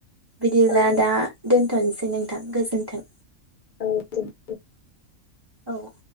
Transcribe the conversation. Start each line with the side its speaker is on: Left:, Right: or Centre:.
Right: बिदिब्ला
Left: ओ
Right: दा दोनथ'नोसै नोंथां गोजोन्थों।
Left: औ दे
Right: औ